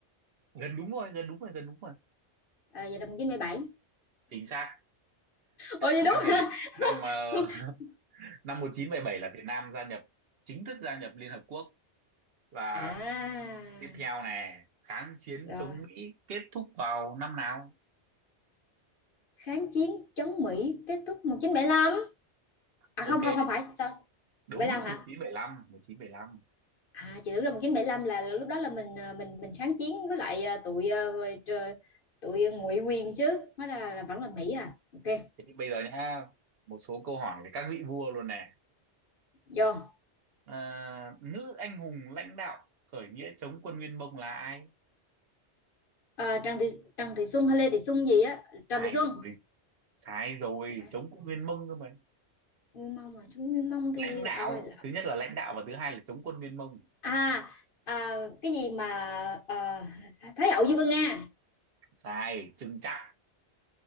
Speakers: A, on the right; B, on the left.
A: Gần đúng rồi, gần đúng rồi, gần đúng rồi.
B: À, Ờ, vậy là 1977.
A: Chính xác.
B: Ủa vậy
A: Năm
B: đúng
A: Việt
B: hả?
A: năm ờ,
B: <laughs>
A: <laughs> năm 1977 là Việt Nam gia nhập chính thức gia nhập Liên Hợp Quốc và
B: À,
A: tiếp theo này, kháng chiến
B: rồi,
A: chống Mỹ kết thúc vào năm nào?
B: kháng chiến chống Mỹ kết thúc 1975. À
A: Ok,
B: không không không phải, sao?
A: đúng
B: 75 hả?
A: 1975, lăm
B: À, chị tưởng là 1975 là, là lúc đó là mình ờ, mình mình kháng chiến với lại ờ, tụi ờ, rồi trời, tụi ngụy quyền chứ hóa ra là vẫn là Mỹ à ok
A: Thế thì bây giờ nhá, một số câu hỏi về các vị vua luôn nè.
B: vô
A: Ờ, nữ anh hùng lãnh đạo khởi nghĩa chống quân Nguyên Mông là ai?
B: à, Trần Thị Trần Thị Xuân hay Lê Thị Xuân gì á
A: Ai
B: Trần Thị Xuân
A: rồi sai rồi
B: không phải à?
A: chống quân Nguyên Mông cơ mà
B: Nguyên Mông mà chúng Nguyên Mông thì
A: lãnh đạo
B: à, phải là-
A: thứ nhất là lãnh đạo và thứ hai là chống quân Nguyên Mông
B: à, à cái gì mà à, Thái Hậu Dương Vân Nga
A: sai chừng chắc